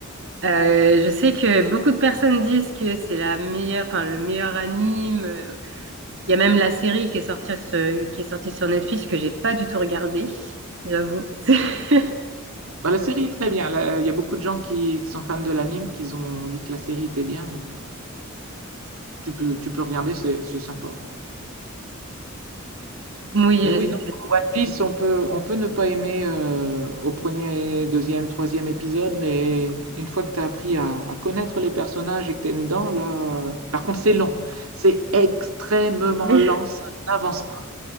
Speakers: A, on the right (about 60°); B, on the right (about 85°).
A: Euh, je sais que beaucoup de personnes disent que c'est la meilleure, enfin, le meilleur anime. Euh, Il y a même la série qui est sortie, sur- qui est sortie sur Netflix que j'ai pas du tout regardée, j'avoue. <laughs>
B: Bah, la série est très bien. Là, Il y a beaucoup de gens qui, qui sont fans de l'anime qui ont dit que la série était bien, donc euh, tu peux, tu peux regarder, c'est c'est sympa.
A: Oui,
B: Mais
A: je
B: oui,
A: sais.
B: non, One Piece, on peut, on peut ne pas aimer euh, au premier, deuxième, troisième épisode, mais une fois que tu as appris à, à connaître les personnages et que tu es dedans, là. Par contre, c'est lent. C'est extrêmement
A: Oui.
B: lent, ça n'avance pas.